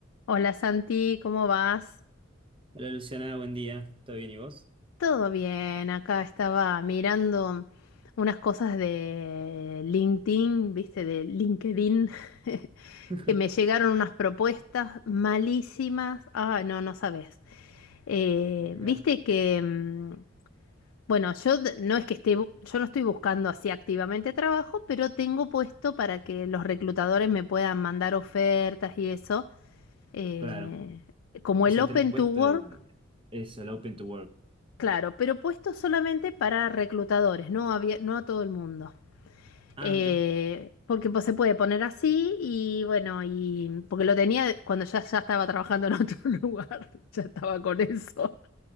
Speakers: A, on the left; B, on the right.
A: Hola Santi, ¿cómo vas?
B: Hola Luciana, buen día. ¿Todo bien y vos?
A: Todo bien, acá estaba mirando unas cosas de LinkedIn, viste, de LinkedIn, <laughs>
B: <laughs>
A: que me llegaron unas propuestas malísimas. Ah, no, no sabes. Eh,
B: Mira,
A: viste que, mm, bueno, yo d- no es que esté, bu- yo no estoy buscando así activamente trabajo, pero tengo puesto para que los reclutadores me puedan mandar ofertas y eso eh,
B: Claro.
A: como
B: O
A: el
B: sea,
A: Open
B: tenés puesto
A: to Work,
B: el, eso, el Open to Work.
A: Claro, pero puesto solamente para reclutadores, no había, no a todo el mundo.
B: Ah,
A: Eh,
B: mira,
A: porque pues, se puede poner así y bueno, y porque lo tenía cuando ya, ya estaba trabajando en otro <laughs> lugar, ya estaba con eso.